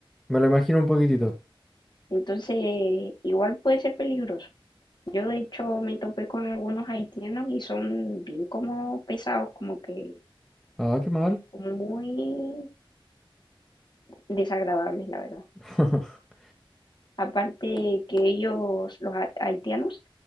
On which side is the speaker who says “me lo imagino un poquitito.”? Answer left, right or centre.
Centre